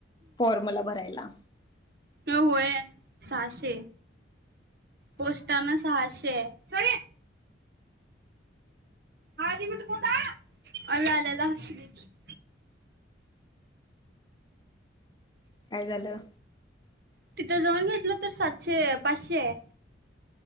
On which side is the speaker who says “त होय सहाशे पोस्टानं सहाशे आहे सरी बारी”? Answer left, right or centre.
Right